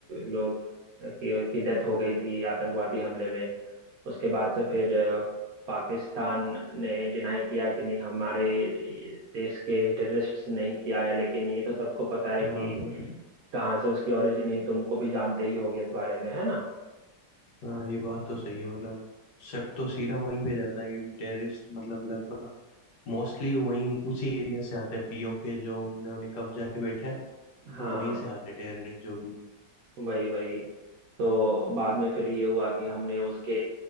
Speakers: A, on the right; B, on the left.
A: लोग की, की डेथ हो गई थी आतंकवादी हमले में उसके बाद से फिर अ, पाकिस्तान ने डिनाई किया कि नहीं हमारे देश के टेररिस्ट्स नहीं किया है लेकिन ये तो सबको पता है
B: हाँ
A: कि
B: बत-
A: कहाँ से उसकी ओरिजिन है तुमको भी जानते ही होगी इस बारे में है ना
B: हाँ ये बात तो सही है मतलब सब तो सीधा वहीं पे जाता है क्योंकि टेररिस्ट मतलब लगभग मोस्टली वहीं उसी एरिया से आते हैं पीओके जो उन्होंने उन्हें कब्जा के बैठे हैं
A: हाँ
B: वो वहीं से आते हैं टेररिस्ट जो भी है
A: वही वही तो बाद में फिर ये हुआ कि हमने उसके